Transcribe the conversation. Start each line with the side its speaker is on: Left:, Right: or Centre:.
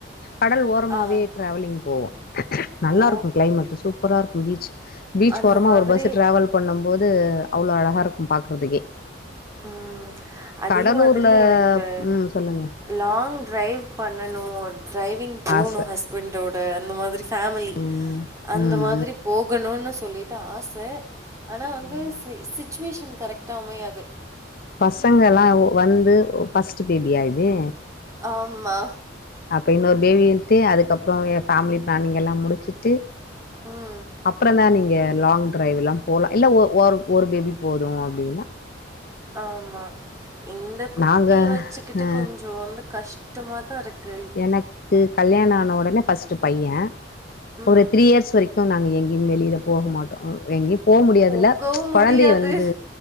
Left: கடல் ஓரமாவே
Right: ஆ.
Left: டிரேவலிங் போவோ நல்லாருக்கும்
Right: ஓ!
Left: கிளைமேட்டு சூப்பராருக்கும் பீச்சு பீச்
Right: அந்த
Left: ஓரமா
Right: மாதிரி
Left: ஒரு பஸ்சு டிராவல் பண்ணும் போது அவ்ளோ அழகாருக்கும் பாக்றதுக்கே
Right: ம் அதே
Left: கடலூர்ல
Right: மாதிரி எனக்கு
Left: உம் சொல்லுங்க
Right: லாங் ட்ரைவ் பண்ணனு ட்ரைவிங் போணும்
Left: ஆச
Right: ஹஸ்பண்டோட இந்த மாதிரி ஃபேம்மிலி
Left: ம்
Right: அந்த
Left: ம்
Right: மாதிரி போகணும்னு சொல்லி ட்டா ஆச ஆனா
Left: ம்
Right: வந்து சிச்சுவேஷன் கரெக்டா அமையாது
Left: பசங்கெல்லா வந்து ஃபர்ஸ்ட்டு பேபியா இது
Right: ஆம்மா
Left: அப்ப இன்னொரு பேபின்ட்டு அதுக்கப்புறோ ஃபேம்லி பிளானிங்கல்லா முடிச்சுட்டு
Right: ம்
Left: அப்றம்தா நீங்க லாங் ட்ரைவ்லாம் போலா இல்ல ஒ ஒரு ஒரு பேபி போது அப்டினா
Right: ஆமா இந்த குட்டிய
Left: நாங்க
Right: வச்சுக்கிட்டு
Left: அ
Right: கொஞ்சோ வந்து கஷ் டமா தா இருக்கு
Left: எனக்கு கல்யாணான உடனே ஃபஸ்ட் பைய
Right: ம்
Left: ஒரு த்ரீ இயர்ஸ் வரைக்கு நாங்க எங்கயு வெளில போக மாட்டோ எங்கயு போக முடியாதுல
Right: போகவு
Left: கொழந்தைய
Right: முடியாது
Left: வந்து